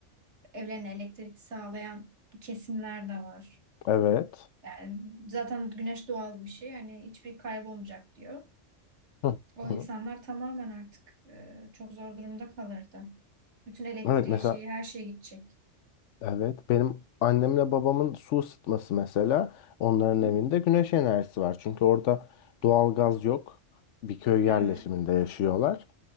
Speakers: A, on the right; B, on the left.
A: evlerine elektrik sağlayan kesimler de var.
B: Evet.
A: Yani zaten güneş doğal bir şey yani hiçbir kaybolmayacak diyor.
B: Hı
A: O
B: hı.
A: insanlar tamamen artık e, çok zor durumda kalırdı. Bütün elektriği
B: Evet mesela
A: şeyi her şey gidecek.
B: Evet, benim annemle babamın su ısıtması mesela onların
A: Hı
B: evinde
A: hı.
B: güneş enerjisi var. Çünkü orada doğal gaz yok. Bir köy
A: Evet.
B: yerleşiminde yaşıyorlar.